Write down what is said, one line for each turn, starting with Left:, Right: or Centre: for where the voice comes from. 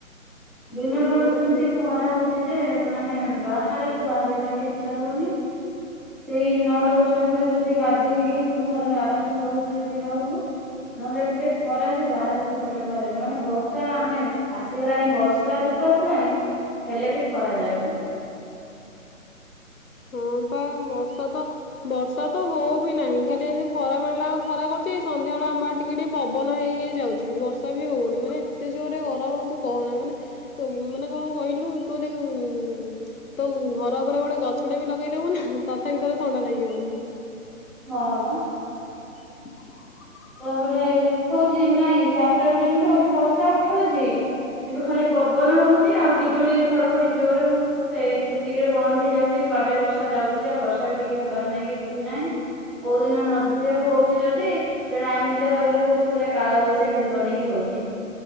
Centre: ଦିନବେଳୁ
Left: ହଁ
Centre: ସେମିତି
Left: ମୁଁ
Centre: କୁହ ରା ହଉଛି ଯେ ମାନେ ବାହାରକୁ ବାହାରିବା ପାଇଁ ବି ଇଚ୍ଛା ହଉନି। ସେଇ ନଅଟା ଦଶଟା ଭିତରେ ଯଦି ଗାଧେଇକି ତୁ ଘରେ ଆରାମ୍ ସେ ରହିବୁ ଯଦି ରହିବୁ। ନହେଲେ ଏତେ ଖରା ଯେ ବାହାରକୁ ଟୋଟାଲ ବାହାରି ହଉନି ମାନେ ବର୍ଷା ମାନେ ଆସିଗଲାଣି ବର୍ଷାରି ତୁ ଆସିଲାଣି ହେଲେ ବି ଖରା ଯାଉନି। <inaudible>
Left: ହଁ ପା ବର୍ଷା ତ ବର୍ଷା ତ ହଉ ବି ନାହିଁ ଖାଲି ଏମିତି ଖରା ବେଳଟା ୟାଙ୍କୁ ଖରା କରୁଛି ସନ୍ଧ୍ୟା ବେଳେ ଆମ ଆଡ଼େ ଟି ଟିକେ ଟିକେ ପବନ ହେଇ ହେଇ ଯାଉଛି ବର୍ଷା ବି ହଉନି ମାନେ ଏତେ ଜୋରେ ଗରମ ତୁ କହନା ମାନେ ସେମ୍ ମାନେ କଣ କହିଲୁ ତୁ <unintelligible> ତୁ ଘର ଉପରେ ଗୋଟେ ଗଛଟେ ବି ଲଗେଇଦବୁ ନା ତଥାପି ତତେ ଥଣ୍ଡା ଲାଗିିବନି।
Centre: ହଁ ପା।
Left: <inaudible>
Centre: ତାପରେ ଉଠଉଛି ନାଇଁ ଚାରିଟା ବି ଯେମିତି ହଉଛି ବର୍ଷା ଉଠଉଛି କିନ୍ତୁ ଖାଲି ପବନ ହଉଛି ଆଉ ବିଜୁଳି ଘଡଘଡି ଜୋରରେ ହଉଛି। ସେଇ ସେତିକିରେ ବନ୍ଦ ହେଇଯାଉଛି କୁଆଡେ ବର୍ଷା ଯାଉଛି ଆଉ ବର୍ଷା ବି ଟିକେ ହେବାର ନାହିଁ କି କିଛି ନାହିଁ। କୋଉ ଦିନ ମଝିରେ ହଉଛି ଯଦି ସେଟା ଏମିତିଆ ବାଗରେ ହଉଛି ପୁରା କାଳବୈଶାଖୀ ରୂପ ନେଇକି ହଉଛି।